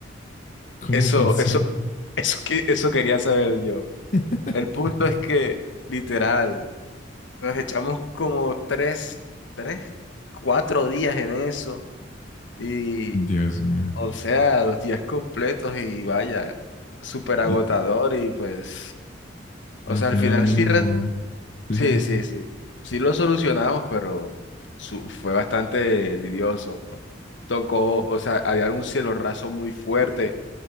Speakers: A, on the left; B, on the left.
A: ¿Cómo
B: eso,
A: pasó?
B: eso, eso, que- eso quería saber yo.
A: <laughs>
B: El punto es que, literal, nos echamos como tres, tres, cuatro días en eso Y,
A: Dios mío.
B: o sea, los días completos y vaya, súper agotador
A: Y
B: y pues, o
A: al
B: sea,
A: final
B: al final
A: mínimo...
B: sí, re-
A: Sí,
B: sí,
A: sí.
B: sí, sí, sí lo solucionamos, pero su- fue bastante lidioso. Tocó,
A: No,
B: o sea, había un cielo raso muy fuerte,